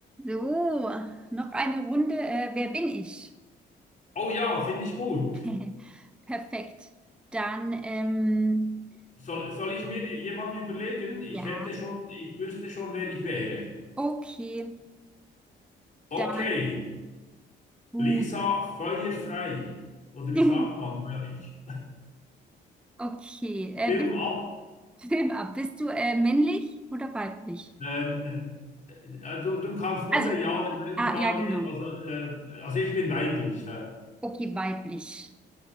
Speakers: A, in the centre; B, on the left.
A: So, noch eine Runde. Äh, wer bin ich?
B: Oh ja, finde ich gut.
A: <laughs> Perfekt. Dann, ähm,
B: Soll, soll ich mir jemanden überlegen? Ich
A: ja,
B: hätte schon, ich wüsste schon, wer ich wäre.
A: okay,
B: Okay,
A: dann gut.
B: Lisa feuerfrei. Oder wie
A: <laughs>
B: sagt man bei euch?
A: Okay, äh,
B: Film
A: bist,
B: ab.
A: Film ab. Bist du äh, männlich oder weiblich?
B: Ähm, ähm, also, du kannst nur
A: Also,
B: eine Ja- oder Nein-Frage.
A: ah, ja, genau.
B: Also, äh, also ich bin weiblich. Hä?
A: Okay, weiblich.